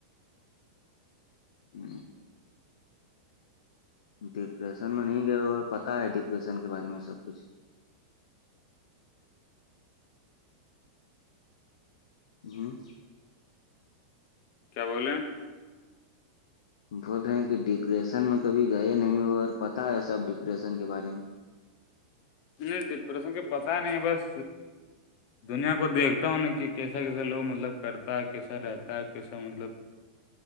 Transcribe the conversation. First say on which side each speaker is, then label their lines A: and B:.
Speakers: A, on the left; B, on the left.
A: ہ ڈپریسن میں نہیں گئے اور پتاہ ہے ڈپریسن کے بارے میں سب کچھ ہوں
B: کیا بولیں
A: بول رہے ہیں کہ ڈپریشن میں کبھی گئے نہیں ہو اور پتاہ ہے ساب ڈپریشن کے بارے میں
B: نہیں پرسنگ کے پتا نہیں بس دنیا کو دیکھتا ہوں نا کہ کیسا کیسے لوگ مطلب کرتا ہے کیسا رہتا ہے کیسا مطلب